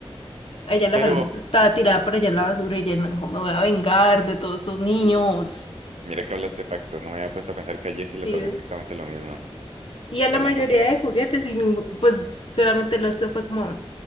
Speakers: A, on the left; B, on the right.
A: A Ella la
B: Pero
A: dejaron, estaba tirada por allá en la basura y ella no dijo, me voy a vengar de todos estos niños.
B: mira que hablaste factos, no me había puesto a pensar que a Jessie le
A: ¿Sí
B: pasó
A: ve?
B: exactamente lo mismo.
A: Y
B: Está
A: a la mayoría
B: hablando
A: de juguetes, y ningú- pues solamente lo hizo fue como,